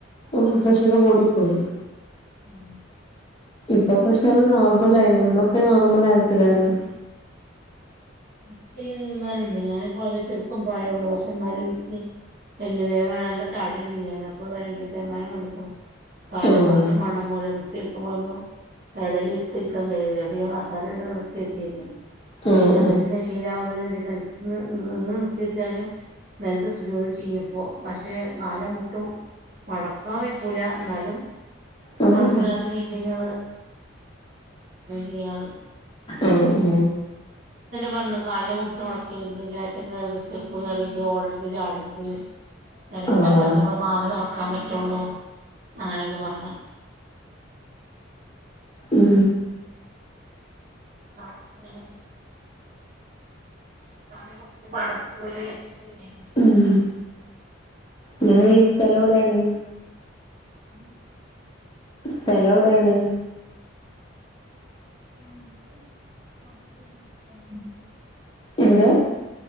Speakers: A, on the left; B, on the right.
A: ഉം പ്രഷർ കൂടി. പോയി.
B: ആ.
A: ഇപ്പൊ പ്രഷർ നോർമലായിണ് ഇന്നൊക്കെ നോർമലായിട്ടാണ്.
B: ഇക്ക് എൽത്തെയമാനണ്ട്‌ ഞാൻ പറയുമ്പോ ചെറുപ്പം പ്രായള്ളൂ പക്ഷെ എന്നാലും നിക്ക്. എൽതെയ്മാനം നല്ല തടിണ്ട് ഞാന് അപ്പൊ ഇങ്ങനെ എൽ തെയ്മാനം വന്നക്കണ്. കാലമുട്ട്
A: ആഹ്
B: മടങ്ങൂല. മ്മളൊന്നും കടലൽടുത്തിരിക്കാൻ കഴിയൂല പ്പൊ ഞാൻ കസാരേൽ നൂത്തി വെച്ചിക്കെനു. പിന്നെന്നി
A: ആഹ്
B: അതനെ ശീലാവല്ലോന്ന് നിന്ന് നിർത്തിച്ചാലും. നല്ലത് സുചോദ ചെയ്യ ഇപ്പോ പക്ഷെ കാല മുട്ടും. മടക്കാവയിക്കൂല ന്നാലും.
A: ആഹ് ആഹ്
B: കൊഴപ്പല്ലാത്ത രീതിയില് ചെയ്യാറ്.
A: ഓ ഓ.
B: പറഞ് കാലിന്റെ മുട്ട് മടക്കരുത് കേറ്റം കേറര്ത് സ്റ്റെപ്പ്കേറര്ത് ഓടരുത് ചാടരുത്. നരപ്പാ
A: ആഹ് ആഹ്
B: സ്ഥലത്ത് കൂടെ മാത്രാ നടക്കാൻ പറ്റുള്ളൂ. അങ്ങനെയൊക്കെ പറഞ്ഞു.
A: ഉം.
B: ആ നെ. <unintelligible>
A: ഉം ഇങ്ങനെ സ്ഥലോടാണ്.
B: ഉം.
A: സ്ഥലം എവിടാണ്.
B: <inaudible>
A: എവിടെ.